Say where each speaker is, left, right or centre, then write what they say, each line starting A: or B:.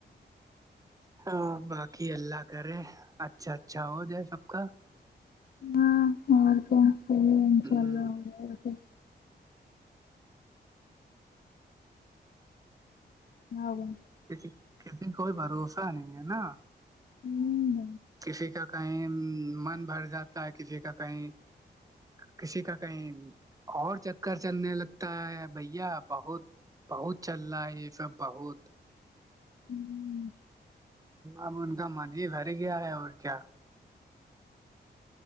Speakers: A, on the right; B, on the left.
A: ہاں باقی اللہ کرے اچھا اچھا ہو جائے سب کا
B: ہاں اور تومحی ہے ان
A: ہ
B: شاء اللہ ہو <unintelligible>
A: ک کتی کوئی باروشا نہیں نا
B: ہوں ب
A: کسی کا کہیں من بھر جاتا ہے کسی کا کہیں کسی کا کہیں اور چکر چلنے لگتا ہے بھیا بہت بہت چل رہا ہے یہ سب بہت
B: ہوں
A: اب ان کا من ہی بھر گیا ہے اور کیا